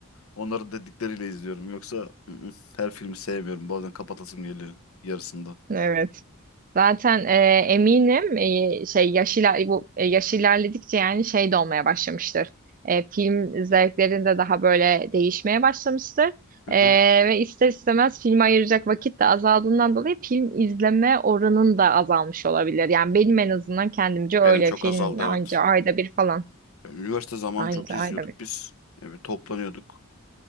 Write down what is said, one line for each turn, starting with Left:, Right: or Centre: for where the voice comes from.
Left: onların dedikleriyle izliyorum. Yoksa ı-ı, her filmi sevmiyorum. Bazen kapatasım geliyor yarısında.
Right: Evet. Zaten e, eminim e, şey yaş iler- bu e, yaş ilerledikçe yani şey de olmaya başlamıştır. E, film zevklerin de daha böyle değişmeye başlamıştır.
Left: Hı
Right: E,
Left: hı.
Right: ve ister istemez filme ayıracak vakit de azaldığından dolayı film izleme oranın da azalmış olabilir. Yani benim en azından kendimce öyle
Left: Benim çok
Right: film
Left: azaldı
Right: anca
Left: evet.
Right: ayda bir falan.
Left: Ya, Üniversite zamanı
Right: Anca
Left: çok izliyorduk
Right: ayda bir.
Left: biz. Yani bir toplanıyorduk.